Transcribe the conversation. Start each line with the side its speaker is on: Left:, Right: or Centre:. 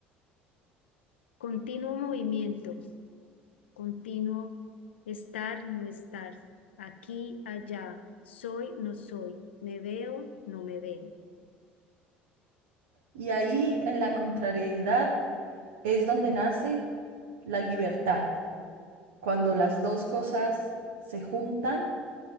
Left: Continuo movimiento. continuo, estar, no estar, aquí, allá, soy, no soy, me veo, no me veo.
Right: Y ahí en la contrariedad es donde nace la libertad. Cuando las dos cosas se juntan,